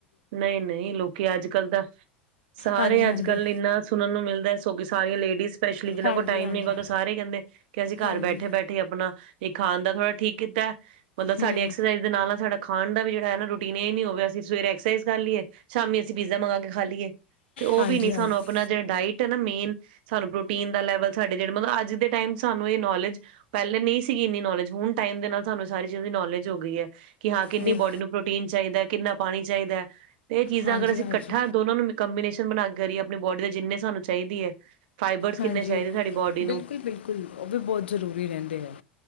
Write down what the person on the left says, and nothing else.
ਹਾਂਜੀ
ਹਾਂਜੀ
ਹਾਂਜੀ
ਹਾਂਜੀ
ਹਾਂਜੀ
ਹੂੰ
ਹਾਂਜੀ
ਹਾਂਜੀ
ਬਿਲ
ਹਾਂਜੀ
ਹਾਂਜੀ
ਹਾਂਜੀ,
ਬਿਲਕੁਲ-ਬਿਲਕੁਲ,
ਉਹ ਵੀ ਬਹੁਤ ਜ਼ਰੂਰੀ ਰਹਿੰਦੇ ਹੈ।